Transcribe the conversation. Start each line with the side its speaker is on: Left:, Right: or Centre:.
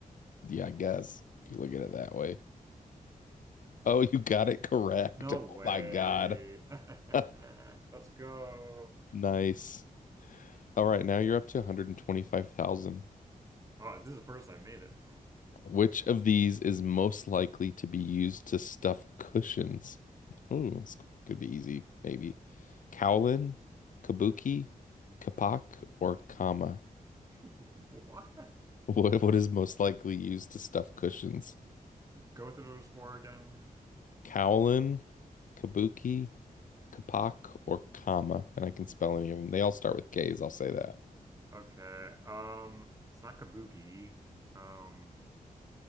Left: Yeah, I guess if you look at it that way. Oh, you got it correct.
Right: No
Left: Oh
Right: way.
Left: my God. <laughs>
Right: <laughs> Let's go.
Left: Nice. All right, now you're up to 125,000.
Right: Oh, this is the first I made it.
Left: Which of these is most likely to be used to stuff cushions? Ooh, this could be easy, maybe. Kowlin, kabuki, kapak, or kama?
Right: <laughs> What?
Left: <laughs> What what is most likely used to stuff cushions?
Right: Go through those four again.
Left: Kowlin, kabuki, kapak, or kama? And I can spell any of them. They all start with K's, I'll say that.
Right: Okay. Um, it's not Kabuki. Um,